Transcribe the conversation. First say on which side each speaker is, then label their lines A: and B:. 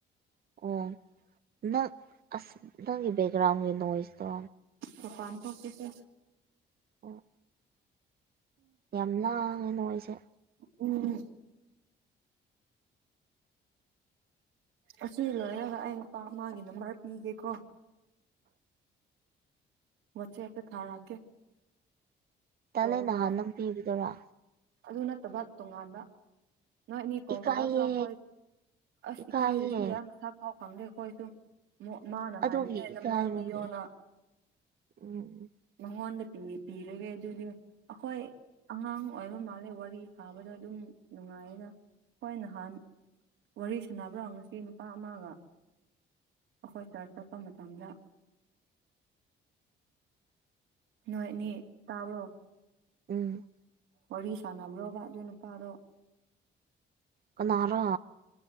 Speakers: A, on the right; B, on the right.
A: ꯑꯣ ꯅꯪ ꯑꯁ ꯅꯪꯒꯤ ꯕꯦꯛꯒ꯭ꯔꯥꯎꯟꯒꯤ ꯅꯣꯏꯁꯇꯣ
B: ꯃꯄꯥꯟ ꯊꯣꯛꯀꯦꯁꯦ
A: ꯑꯣ ꯌꯥꯝ ꯂꯥꯡꯉꯦ ꯅꯣꯏꯁꯦ
B: ꯎꯝ ꯑꯁꯤ ꯂꯣꯏꯔꯒ ꯑꯩ ꯅꯨꯄꯥ ꯑꯃꯒꯤ ꯅꯝꯕꯔ ꯄꯤꯒꯦꯀꯣ
A: <inaudible>
B: ꯋꯥꯆꯦꯞꯇ ꯊꯥꯔꯛꯀꯦ
A: ꯇꯜꯂꯦ
B: ꯀꯣꯜ
A: ꯅꯍꯥꯟ
B: ꯇꯧ
A: ꯅꯪ ꯄꯤꯕꯗꯨꯔ
B: ꯑꯗꯨ ꯅꯠꯇꯕ ꯇꯣꯉꯥꯟꯕ ꯅꯣꯏꯅꯤ ꯀꯣꯜ
A: ꯏꯀꯥꯏꯌꯦ
B: ꯇꯧꯔꯛꯄ꯭ꯔꯥ ꯑꯩꯈꯣꯏ ꯑꯁ
A: ꯏꯀꯥꯏꯌꯦ
B: ꯏꯀꯥꯏꯕꯁꯨ ꯌꯥꯝ ꯃꯁꯥꯛ ꯐꯥꯎ ꯈꯪꯗꯦ ꯍꯣꯏꯗꯨ ꯃꯥꯅ
A: ꯑꯗꯨꯒꯤ
B: ꯍꯥꯏꯕꯅꯦ
A: ꯏꯀꯥꯏꯕꯅꯦ
B: ꯅꯝꯕꯔ ꯄꯤꯌꯣꯅ
A: ꯎꯝ
B: ꯃꯉꯣꯟꯗ ꯄꯤ ꯄꯤꯔꯒꯦ ꯑꯗꯨꯗꯤ ꯑꯩꯈꯣꯏ ꯑꯉꯥꯡ ꯑꯣꯏꯕ ꯃꯥꯜꯂꯦ ꯋꯥꯔꯤ ꯁꯥꯕꯗꯣ ꯑꯗꯨꯝ ꯅꯨꯡꯉꯥꯏꯌꯦꯗ ꯍꯣꯏ ꯅꯍꯥꯟ ꯋꯥꯔꯤ ꯁꯥꯟꯅꯕ꯭ꯔꯣ ꯉꯁꯤ ꯅꯨꯄꯥ ꯑꯃꯒ ꯑꯩꯈꯣꯏ ꯆꯔ ꯆꯠꯄ ꯃꯇꯝꯗ
A: <inaudible>
B: ꯅꯣꯏꯅꯤ ꯇꯥꯕ꯭ꯔꯣ
A: ꯎꯝ
B: ꯋꯥꯔꯤ ꯁꯥꯟꯅꯕ꯭ꯔꯣꯕ ꯑꯗꯨ ꯅꯨꯄꯥꯗꯣ
A: ꯀꯅꯔꯣ